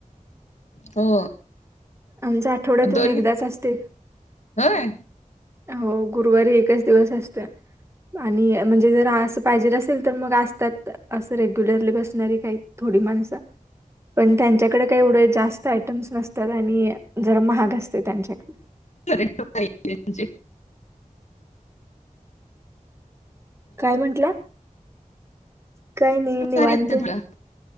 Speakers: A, on the left; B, on the right.
A: हो.
B: आमच आठवड्यातून
A: दोन्ही
B: एकदाच असतय.
A: होय
B: हो गुरुवारी एकच दिवस असतय. आणि म्हणजे जर हा असं पाहिजे असेल तर मग असतात, असं रेग्युलरली बसणारी काही थोडी माणसं, पण त्यांच्याकड काय एवढ जास्त आयटम्स नसतात आणि मी, जरा महाग असतय त्यांच्याकडे.
A: <unintelligible>
B: काय म्हंटला? काही नाही निवांत,
A: भारी असते तुला